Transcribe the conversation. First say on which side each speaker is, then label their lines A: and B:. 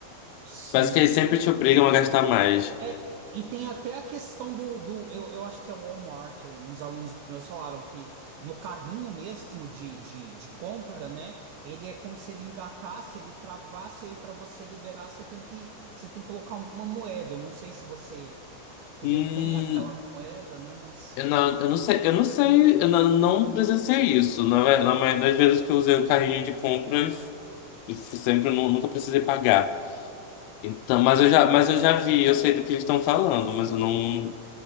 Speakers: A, on the right; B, on the left.
A: Sim.
B: Parece que eles sempre te obrigam a gastar mais.
A: É, e tem até a questão do, do eu, eu acho que é o Walmart, uns alunos meus falaram que no carrinho mesmo de, de, de compra, né? Ele é como se ele engatasse, ele travasse, e aí para você liberar, você tem que, você tem que colocar uma moeda. Eu não sei se você
B: Hum,
A: retém aquela moeda, né? Mas
B: eu não, eu não sei, eu não sei, eu não, não presenciei isso. Na, ve- na maioria das vezes que eu usei o carrinho de compras, eu sempre eu nu- nunca precisei pagar. Então, mas eu já, mas eu já vi, eu sei do que eles estão falando, mas eu não.